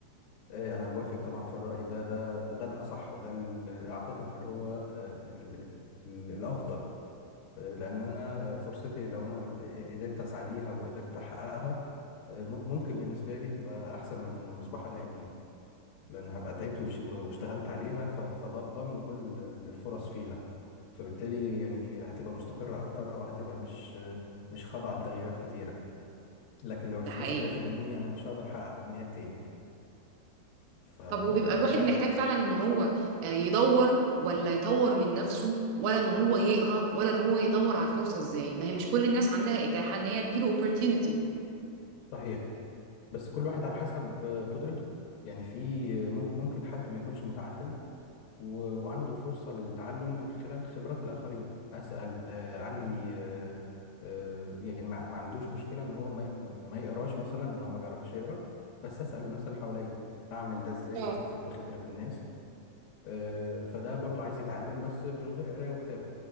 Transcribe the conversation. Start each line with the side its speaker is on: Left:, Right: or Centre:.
Left: آه، انا بوافق طبعا في الرأي ده ده ده ده الاصح وده ال- اعتقد ان اللي هو آه، ال- ال- الافضل آه، لان انا آه، فرصتي لو انا اللي قدرت اسعى ليها وقدرت احققها ممكن بالنسبه لي تبقى احسن من مصباح علاء الدين لان هبقى تعبت وش- واشتغلت عليها ف- فضامن كل الفرص فيها فبالتالي يعني هتبقى مستقره اكتر او هتبقى مش مش خاضعه لتغييرات كتيره لكن لو الفلوس
Right: ده حقيقي
Left: اتاخد مني انا مش هقدر احقق امنيات تاني فلا
Right: طب وبيبقى الواحد محتاج فعلا ان هو آه، يدور ولا يطور من نفسه ولا ان هو يقرا ولا ان هو يدور على الفرصه ازاي ما هي مش كل الناس عندها اتاحه ان هي تجيله opportunity
Left: صحيح بس كل واحد على حسب آه، قدرته يعني في آه، مم- ممكن حد ما يكونش متعلم و- وعنده فرصة للتعلم من خلال خبرات الآخرين أسأل آه عندي آه آه يعني ما, ما عندوش مشكلة إن هو ما, ما يقراش مثلا لأن هو ما بيعرفش يقرا بس أسأل الناس اللي حواليا أعمل ده إزاي
Right: اه
Left: وأستفيد بخبرة الناس آه فده برضو عايز يتعلم بس من غير قراية وكتابة